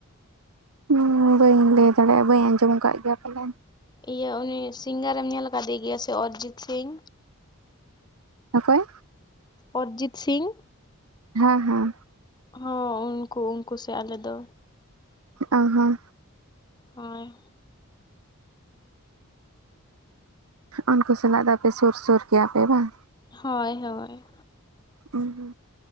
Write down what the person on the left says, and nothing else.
ᱤᱭᱟᱹ ᱩᱱᱤ ᱥᱤᱝᱜᱟᱨᱮᱢ ᱧᱮᱞ ᱟᱠᱟᱫᱮ ᱜᱮᱭᱟ ᱥᱮ ᱚᱨᱤᱡᱤᱛ ᱥᱤᱝ
ᱚᱨᱤᱡᱤᱛ ᱥᱤᱝ
ᱦᱚᱸ ᱩᱱᱠᱩ ᱩᱱᱠᱩ ᱥᱮ ᱟᱞᱮ ᱫᱚ
ᱦᱳᱭ
ᱦᱳᱭ ᱦᱳᱭ